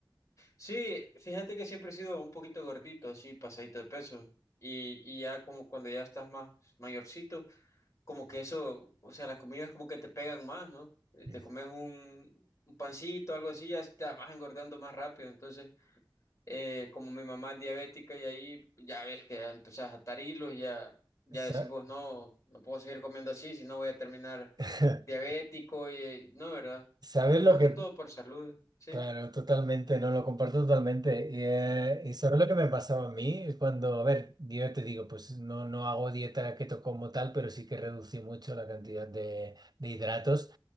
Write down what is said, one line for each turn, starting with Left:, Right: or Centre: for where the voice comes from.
Left: Sí, fíjate que siempre he sido un poquito gordito, así, pasadito de peso. Y, y ya como cuando ya estás más mayorcito, como que eso, o sea, las comidas como que te pegan más, ¿no? Eh, Te
Right: Mm.
Left: comes un, un pancito, algo así, ya, ya vas engordando más rápido. Entonces, Eh, como mi mamá es diabética y ahí ya ves que ya empezás a atar hilos y ya, ya
Right: Sa-
Left: decís vos, no, no puedo seguir comiendo así, si no voy a terminar
Right: <laughs>
Left: diabético y eh, no, ¿verdad?
Right: ¿Sabes
Left: Es
Right: lo
Left: más
Right: que,
Left: que todo por salud, ¿sí?
Right: Claro, totalmente, no lo comparto totalmente. Y, eh, y sabes lo que me pasaba a mí Es cuando, a ver, yo te digo, pues no, no hago dieta keto como tal, pero sí que reducí mucho la cantidad de, de hidratos.